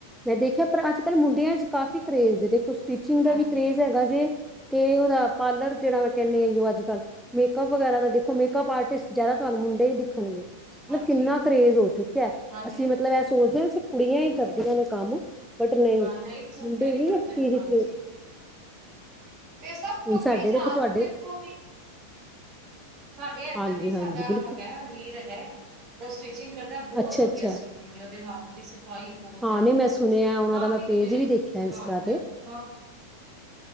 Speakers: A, in the centre; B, on the right (about 35°).
A: ਮੈਂ ਦੇਖਿਆ ਪਰ ਅੱਜ ਕੱਲ ਮੁੰਡਿਆਂ 'ਚ ਕਾਫੀ ਕਰੇਜ਼ ਏ ਦੇਖੋ ਸਟਿਚਿੰਗ ਦਾ
B: ਹਾਂਜੀ
A: ਵੀ ਕਰੇਜ ਹੈਗਾ ਜੇ ਤੇ ਓਦਾ ਪਾਰਲਰ ਜੇੜਾ ਮੈਂ ਕਹਨੀ <unintelligible> ਅੱਜ ਕੱਲ ਮੇਅਪ ਵਗੈਰਾ ਦਾ ਦੇਖੋ ਮੇਕਅਪ ਆਰਟਿਸਟ ਜਾਦਾ ਤੁਹਾਨੂੰ ਮੁੰਡੇ ਈ ਦਿਖਨਗੇ। ਮਤਲਬ
B: ਹਾਂਜੀ
A: ਕਿੰਨਾ ਕਰੇਜ਼ ਹੋ ਚੁੱਕਿਆ
B: ਹਾਂਜੀ
A: ਅਸੀਂ ਮਤਲਬ ਐ ਸੋਚਦੇ ਆਂ ਅ ਕੁੜੀਆਂ ਈ ਕਰਦੀਆਂ ਨੇ ਕੰਮ। ਬਟ ਨਈ
B: ਹਾਂ ਨਹੀਂ
A: ਮੁੰਡੇ ਵੀ
B: ਕਰਦੇ
A: ਇਸ ਚੀਜ਼
B: ਨੇ ਹਾਂਜੀ।
A: 'ਚ
B: ਤੇ ਸਭ ਤੋਂ
A: ਹੁਣ
B: ਅੱਗੇ
A: ਸਾਡੇ
B: ਜਾ
A: ਦੇਖੋ
B: ਰੇ
A: ਤੁਹਾਡੇ
B: ਨੇ ਦੇਖੋ ਵੀ ਸਾਡੇ ਏਧਰ
A: ਹਾਂਜੀ
B: ਵੀ ਸਾਡਾ
A: ਹਾਂਜੀ ਬਿਲਕੁਲ
B: ਹੈਗਾ ਵੀਰ ਹੈਗਾ ਐ ਓ ਸਟਿਚਿੰਗ ਕਰਦਾ ਬੋਤ
A: ਅੱਛਾ
B: ਵਧੀਆ
A: ਅੱਛਾ
B: ਸਟਿਚ ਚਿੰਗ ਓਦੇ ਹੱਥ ਦੀ ਸਫ਼ਾਈ ਬੋਤ
A: ਹਾਂ
B: ਏ ਮਤਲਬ
A: ਨਹੀਂ ਮੈਂ ਸੁਣਿਆ ਉਹਨਾਂ
B: ਕਾਫੀ
A: ਦਾ ਮੈਂ ਪੇਜ
B: ਜਿਵੇਂ
A: ਵੀ ਦੇਖਿਆ
B: ਸਿਲਵਾਂਦੇ
A: ਇੰਸਟਾ
B: ਨੇ।
A: ਤੇ
B: <unintelligible>